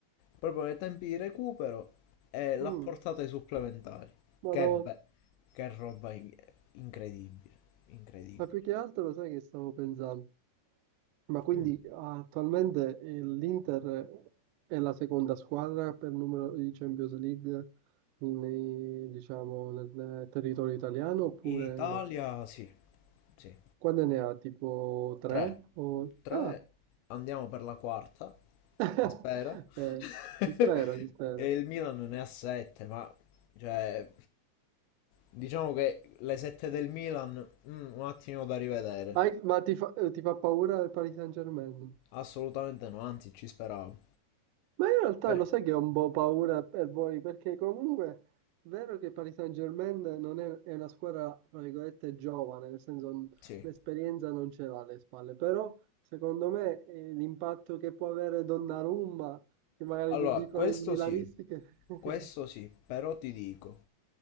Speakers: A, on the left; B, on the right.
A: Proprio nei tempi di recupero e l'ha
B: Mm,
A: portato ai supplementari.
B: ma
A: Che,
B: no,
A: be- che roba in- incredibile. Incredibile.
B: ma più che altro lo sai che stavo pensando? Ma quindi
A: Mm.
B: ah, attualmente il- l'Inter è la seconda squadra per numero di Champions League in- nei- diciamo, nel nel territorio italiano oppure
A: In Italia,
B: no?
A: sì. Sì.
B: Quante ne ha? Tipo tre?
A: Tre.
B: O...
A: Tre.
B: Ah,
A: Andiamo per la quarta.
B: <laughs>
A: Si spera. <laughs>
B: eh, si spera, si spera.
A: E il Milan ne ha sette, ma... Cioè... Diciamo che le 7 del Milan, mm, un attimo da rivedere.
B: Anche- ma ti fa, eh, ti fa paura il Paris Saint-Germain?
A: Assolutamente no, anzi ci speravo.
B: Ma in realtà
A: Per...
B: lo sai che ho un po' paura per voi, perché comunque è vero che il Paris Saint-Germain non è, è una squadra, tra virgolette, giovane, nel senso n-
A: Sì.
B: l'esperienza non ce l'ha alle spalle, però secondo me eh, l'impatto che può avere Donnarumma, che magari
A: Allora,
B: dicono
A: questo
B: i milanisti
A: sì,
B: che... <laughs>
A: questo sì, però ti dico,